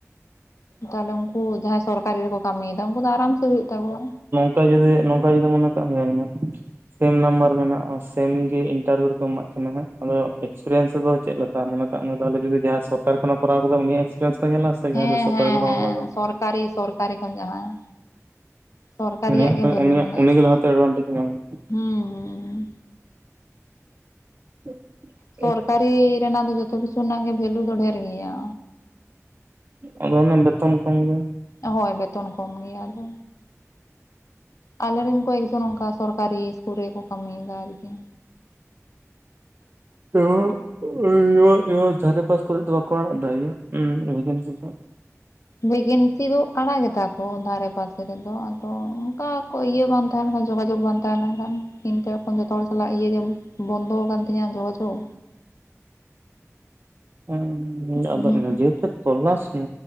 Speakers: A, on the left (about 70°); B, on the right (about 45°).
A: ᱛᱟᱦᱞᱮ ᱩᱱᱠᱩ ᱡᱟᱦᱟᱸᱭ ᱥᱚᱨᱠᱟᱨᱤ ᱨᱮᱠᱚ ᱠᱟᱹᱢᱤᱭᱮᱫᱟ, ᱩᱱᱠᱩ ᱫᱚ ᱟᱨᱟᱢ ᱥᱮ ᱦᱳᱭᱳᱜ ᱛᱟᱠᱚᱣᱟ᱾
B: ᱠᱟ ᱡᱩᱫᱤ ᱱᱚᱝᱠᱟ ᱡᱩᱫᱤ ᱢᱚᱱᱮ ᱠᱟᱜ ᱢᱮᱱᱢᱮ ᱥᱮᱱ ᱱᱟᱢᱵᱟᱨ ᱢᱮᱱᱟᱜᱼᱟ ᱥᱮᱢ ᱜᱮ ᱤᱱᱴᱟᱨᱵᱤᱭᱩ ᱨᱮ ᱠᱚ ᱮᱢᱟᱜ ᱠᱤᱱᱟ ᱦᱟᱜ ᱟᱫᱚ ᱮᱠᱥᱯᱨᱤᱭᱮᱱᱥ ᱨᱮᱫᱚ ᱪᱮᱫ ᱞᱮᱠᱟ? ᱢᱚᱱᱮ ᱠᱟᱜ ᱢᱮ ᱛᱟᱦᱞᱮ ᱡᱩᱫᱤ ᱡᱟᱦᱟᱭ ᱥᱚᱨᱠᱟᱨ ᱠᱷᱚᱱᱮ ᱠᱚᱨᱟᱣ ᱠᱟᱫᱟ ᱩᱱᱤᱭᱟᱜ ᱮᱠᱥᱯᱤᱨᱤᱭᱮᱱᱥ ᱠᱚ ᱧᱮᱞᱟ, ᱥᱮ ᱡᱟᱦᱟᱸᱭ
A: ᱦᱮᱸᱻ
B: ᱵᱮᱥᱚᱨᱠᱟᱨᱤ
A: ᱦᱮᱸᱻ
B: ᱠᱚᱨᱟᱣ
A: ᱦᱮᱸᱻ
B: ᱠᱟᱫᱟ
A: ᱥᱚᱨᱠᱟᱨᱤ-ᱥᱚᱨᱠᱟᱨᱤ ᱠᱷᱚᱱ ᱡᱟᱦᱟᱸᱭ ᱥᱚᱨᱠᱟᱨᱤᱭᱟᱜ
B: ᱩᱱᱤᱭᱟᱜ
A: ᱜᱮ ᱵᱷᱮᱞᱩ
B: ᱩᱱᱤᱭᱟᱜ
A: ᱢᱮᱱᱟᱜ
B: ᱩᱱᱤᱜᱮ
A: ᱟᱠᱟᱫᱟ,
B: ᱞᱟᱦᱟᱛᱮ ᱮᱰᱵᱷᱟᱱᱴᱮᱡᱽ ᱧᱟᱢᱟ
A: ᱦᱩᱸ ᱦᱩᱸ᱾ ᱦᱩᱸ
B: <unintelligible>
A: ᱥᱚᱨᱠᱟᱨᱤ ᱨᱮᱱᱟᱜ ᱫᱚ ᱡᱚᱛᱚ ᱠᱤᱪᱷᱩ ᱨᱮᱱᱟᱜ ᱜᱮ ᱵᱷᱮᱞᱩ ᱫᱚ ᱰᱷᱮᱹᱨ ᱜᱮᱭᱟ᱾
B: ᱟᱫᱚ ᱚᱱᱮ ᱵᱮᱛᱚᱱ ᱠᱚᱢ ᱜᱮᱭᱟ᱾
A: ᱮᱸ ᱦᱳᱭ ᱵᱮᱛᱚᱱ ᱠᱚᱢ ᱜᱮᱭᱟ ᱟᱫᱚ ᱟᱞᱮᱨᱤᱱ ᱠᱚᱭᱮᱠ ᱡᱚᱱ ᱚᱱᱠᱟ ᱥᱚᱨᱠᱟᱨᱤ ᱤᱥᱠᱩᱞ ᱨᱮᱜᱮ ᱠᱚ ᱠᱟᱹᱢᱤᱭᱮᱫᱟ ᱟᱨᱠᱤ᱾
B: <unintelligible> ᱡᱷᱟᱨᱮ ᱯᱟᱥ ᱠᱚᱨᱮᱜ ᱫᱚ ᱵᱟᱠᱚ ᱟᱲᱟᱜ ᱫᱟ ᱤᱭᱟᱹ ᱩᱸ <unintelligible>
A: ᱵᱷᱮᱠᱮᱱᱥᱤ ᱫᱚ ᱟᱲᱟᱜ ᱮᱫᱟ ᱠᱚ ᱫᱷᱟᱨᱮ ᱯᱟᱥ ᱨᱮᱫᱚ, ᱟᱫᱚ ᱚᱱᱠᱟ ᱟᱠᱚ ᱤᱭᱟᱹ ᱵᱟᱝ ᱛᱟᱦᱮᱸ ᱞᱮᱠᱷᱟᱱ ᱡᱳᱜᱟᱡᱳᱜᱽ ᱵᱟᱝ ᱛᱟᱦᱮᱸᱞᱮᱱᱠᱷᱟᱱ ᱤᱧᱛᱮ ᱮᱠᱷᱚᱱ ᱡᱚᱛᱚ ᱦᱚᱲ ᱥᱟᱞᱟᱜ ᱤᱭᱟᱹᱜᱮ ᱵᱚᱱᱫᱚ ᱟᱠᱟᱱ ᱛᱤᱧᱟ, ᱡᱳᱜᱟᱡᱳᱜᱽ᱾
B: <unintelligible> ᱟᱫᱚᱜ
A: ᱦᱩᱸ
B: ᱱᱤᱡᱮᱛᱮ ᱛᱚᱞᱞᱟᱥ <unintelligible>